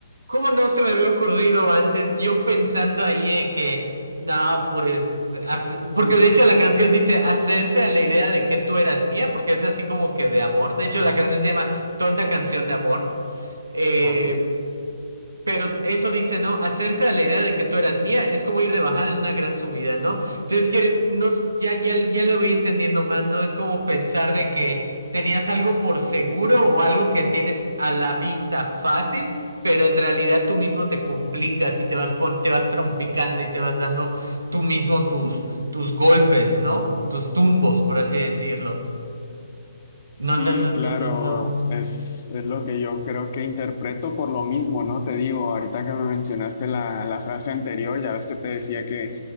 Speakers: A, on the right; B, on the left.
A: ¿Cómo no se me había ocurrido antes? Yo pensando ahí eh, que, no, pues, hace- porque
B: <laughs>
A: de hecho la canción dice hacerse a la idea de que tú eras mía, porque es así como que de amor. De hecho, la canción se llama Tonta Canción de Amor. Eh,
B: Ok.
A: pero eso dice, ¿no? Hacerse a la idea de que tú eras mía es como ir de bajada en una gran subida, ¿no? Entonces, quiere, no, s- ya, ya, ya lo voy entendiendo más, ¿no? Es como pensar de que tenías algo por seguro o algo que tienes a la vista fácil, pero en realidad tú mismo te complicas y te vas, pon- te vas trompicando y te vas dando tú mismo tus, tus golpes, ¿no? Tus tumbos, por así decirlo. No,
B: Sí,
A: no, no, no,
B: claro,
A: no, no.
B: es, es lo que yo creo que interpreto por lo mismo, ¿no? Te digo, ahorita que me mencionaste la, la frase anterior, ya ves que te decía que,